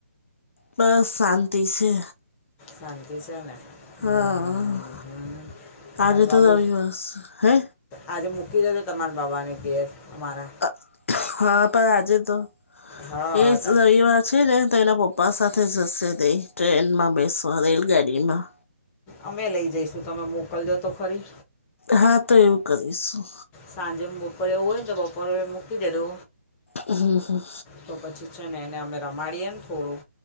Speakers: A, on the left; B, on the left.
A: બસ શાંતિ છે.
B: શાંતિ છે ને. હમ
A: હા
B: હમ તમારા
A: આજે
B: બાબુ
A: તો રવિવાર હે.
B: આજે મૂકી દજો તમારા બાબાની ઘેર અમારા.
A: <inaudible> હા! પણ આજે તો
B: હા
A: એ જ રવિવાર છે ને, તો એના પપ્પા સાથે. તે જસે તે ટ્રેનમાં બેસો રલગાડીમાં.
B: અમે લઈ જઈશું. તમે મોકલજો તો ખરી.
A: હા! તો એવું કરીશું.
B: સાંજે બપોરે હોવને તો બપોરે મૂકી જજો.
A: હમ્મ હમ્મ.
B: તો પછી છે ને એને અમે રમાડીએ ને થોડું